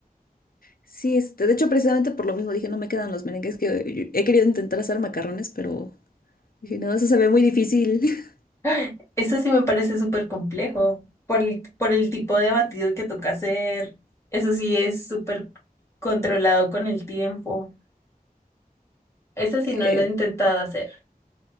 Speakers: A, on the left; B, on the left.
A: Sí, este, de hecho, precisamente por lo mismo dije, no me quedan los merengues que yo- he querido intentar hacer macarrones, pero dije, no, eso se ve muy difícil. <laughs>
B: <gasps> Eso sí me parece súper complejo por el, por el tipo de batido que toca hacer. Eso sí es súper controlado con el tiempo. Eso sí
A: Eh,
B: no lo he intentado hacer. <laughs>